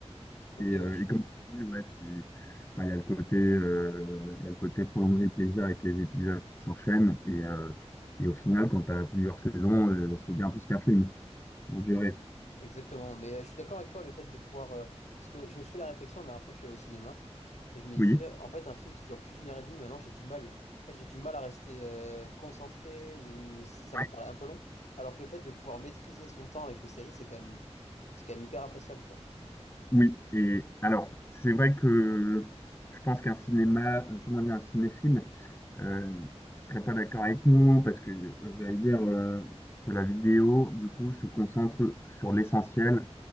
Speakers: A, on the left; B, on the left.
A: Ok,
B: et, euh,
A: ouais, je suis.
B: et comme tu dis, ouais, c'est, enfin, il y a le côté, euh, il y a le côté prolonger le plaisir avec les épisodes qui s'enchaînent. Et, euh, et au final, quand tu as plusieurs saisons, euh, c'est bien plus qu'un film en durée.
A: E- Exactement, mais euh, je suis d'accord avec toi, le fait de pouvoir... euh, parce que je me suis fait la réflexion la dernière fois que je suis allé au cinéma, et je me disais,
B: Oui.
A: en fait, un film qui dure plus d'une heure et demie, maintenant j'ai du mal. En fait, j'ai du mal à rester euh, concentré, ou c- ça
B: Ouais.
A: me paraît un peu long, alors que le fait de pouvoir maîtriser son temps avec les séries, c'est quand même... c'est quand même hyper appréciable, quoi.
B: Oui. Et alors, c'est vrai que je pense qu'un cinéma, euh, comment dire, un cinéphile, euh, serait pas d'accord avec nous parce que euh, j'allais dire euh, que la vidéo, du coup, se concentre sur l'essentiel